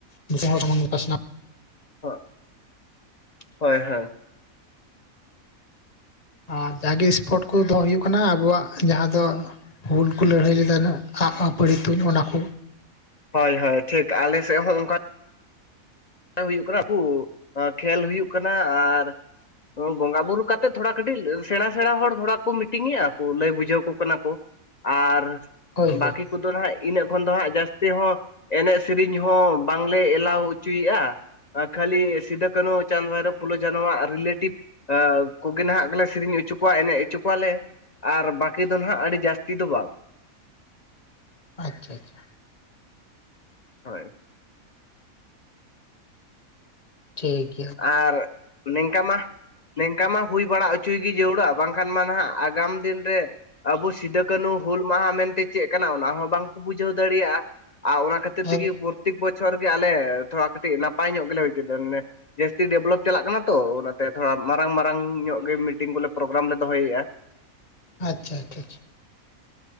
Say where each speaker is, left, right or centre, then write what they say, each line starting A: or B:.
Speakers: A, on the left; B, on the left.
A: ᱫᱤᱥᱚᱢ ᱦᱚᱲ ᱥᱟᱢᱟᱝ ᱨᱮ ᱯᱟᱥᱱᱟᱣ
B: ᱦᱚᱜ, ᱦᱳᱭ ᱦᱳᱭ᱾
A: ᱟᱨ ᱡᱟᱜᱮ ᱥᱯᱳᱨᱴ ᱠᱚ ᱫᱚᱦᱚ ᱦᱩᱭᱩᱜ ᱠᱟᱱᱟ ᱟᱵᱚᱣᱟᱜ ᱡᱟᱦᱟᱸ ᱫᱚ ᱦᱩᱞ ᱠᱚ ᱞᱟᱹᱲᱦᱟᱹᱭ ᱞᱮᱫᱟ ᱱᱟᱜ <unintelligible> ᱛᱩᱧ, ᱚᱱᱟ ᱠᱚ᱾
B: ᱦᱳᱭ ᱦᱳᱭ ᱴᱷᱤᱠ ᱟᱞᱮ ᱥᱮᱫ ᱦᱚᱸ ᱚᱱᱠᱟ ᱦᱩᱭᱩᱜ ᱠᱟᱱᱟ ᱩᱱᱠᱩ ᱮᱸ ᱠᱷᱮᱞ ᱦᱩᱭᱩᱜ ᱠᱟᱱᱟ ᱟᱨ ᱵᱚᱸᱜᱟ ᱵᱩᱨᱩ ᱠᱟ ᱴᱤᱡ ᱛᱷᱚᱲᱟ ᱠᱟᱹᱴᱤᱡ ᱥᱮᱬᱟ ᱥᱮᱬᱟ ᱦᱚᱲ ᱛᱷᱚᱲᱟ ᱠᱚ ᱢᱤᱴᱤᱝᱮᱼᱟ ᱠᱚ ᱞᱟᱹᱭ ᱵᱩᱡᱷᱟᱹᱣᱟᱠᱚ ᱠᱟᱱᱟ ᱠᱚ᱾ ᱟᱨᱼᱼ
A: ᱦᱳᱭ ᱦᱳᱭ
B: ᱵᱟᱹᱠᱤ ᱠᱚᱫᱚ ᱦᱦᱜ ᱤᱱᱟᱹᱜ ᱠᱷᱚᱱ ᱫᱚ ᱦᱟᱸᱜ ᱡᱟᱹᱥᱛᱤ ᱦᱚᱸ ᱮᱱᱮᱡ ᱥᱮᱨᱮᱧ ᱦᱚᱸ ᱵᱟᱝᱞᱮ ᱮᱞᱟᱣ ᱦᱚᱪᱚ ᱦᱚᱪᱚᱭᱮᱫᱼᱟ ᱠᱷᱟᱹᱞᱤ ᱥᱤᱫᱩ ᱠᱟᱱᱦᱩ ᱪᱟᱸᱫᱽ ᱵᱷᱟᱭᱨᱳ ᱯᱷᱩᱞᱳ ᱡᱟᱱᱚᱣᱟᱜ ᱨᱤᱞᱮᱴᱤᱵᱷ ᱠᱚᱜᱮ ᱱᱟᱦᱟᱜ ᱠᱚᱞᱮ ᱥᱮᱨᱮᱧ ᱦᱚᱪᱚ ᱠᱚᱣᱟ ᱮᱱᱮᱡ ᱦᱚᱪᱚ ᱠᱚᱣᱟᱞᱮ ᱟᱨ ᱵᱟᱹᱠᱤ ᱫᱚ ᱱᱟᱦᱟᱜ ᱟᱹᱰᱤ ᱡᱟᱹᱥᱛᱤ ᱫᱚ ᱵᱟᱝ
A: ᱟᱪᱪᱷᱟ, ᱟᱪᱪᱷᱟ
B: ᱦᱳᱭ
A: ᱴᱷᱤᱠ ᱜᱮᱼᱼ
B: ᱟᱨ ᱱᱤᱝᱠᱟ ᱢᱟ ᱱᱤᱝᱠᱟ ᱢᱟ ᱦᱩᱭ ᱵᱟᱲᱟ ᱦᱚᱪᱚᱭ ᱜᱮ ᱡᱟᱹᱨᱩᱲᱟ ᱵᱟᱝᱠᱷᱟᱱ ᱢᱟ ᱱᱟᱦᱟᱜ ᱟᱜᱟᱢ ᱫᱤᱱ ᱨᱮᱼᱼ ᱟᱵᱚ ᱥᱤᱫᱩ ᱠᱟᱱᱦᱩ ᱦᱩᱞ ᱢᱟᱦᱟ ᱢᱮᱱᱛᱮ ᱪᱮᱫ ᱠᱟᱱᱟ ᱚᱱᱟ ᱦᱚᱸ ᱵᱟᱝᱠᱚ ᱵᱩᱡᱷᱟᱹᱣ ᱫᱟᱲᱮᱭᱟᱜᱼᱟ ᱟᱨ ᱚᱱᱟ ᱠᱷᱟᱹᱛᱤᱼᱼ ᱠᱷᱟᱹᱛᱤᱨ ᱛᱮᱜᱮ
A: ᱟᱪᱪᱷᱟ
B: ᱯᱨᱚᱛᱮᱠ ᱵᱚᱪᱷᱚᱨ ᱜᱮ ᱟᱞᱮ ᱛᱷᱚᱲᱟ ᱠᱟᱹᱴᱤᱡ ᱱᱟᱯᱟᱭ ᱧᱚᱜ ᱜᱮᱞᱮ ᱦᱩᱭᱪᱚᱟᱼᱼ ᱡᱟᱹᱥᱛᱤ ᱰᱮᱵᱷᱞᱚᱯ ᱪᱟᱞᱟᱜ ᱠᱟᱱᱟ ᱛᱚ ᱚᱱᱟᱛᱮ ᱛᱷᱚᱲᱟ ᱢᱟᱨᱟᱝ ᱢᱟᱨᱟᱝ ᱧᱚᱜ ᱜᱮ ᱢᱤᱴᱤᱝ ᱵᱚᱞᱮ ᱯᱨᱳᱜᱨᱟᱢ ᱞᱮ ᱫᱚᱦᱚᱭᱮᱫᱼᱟ᱾
A: ᱟᱪᱪᱷᱟ ᱟᱪᱪᱷᱟ ᱪᱷᱟ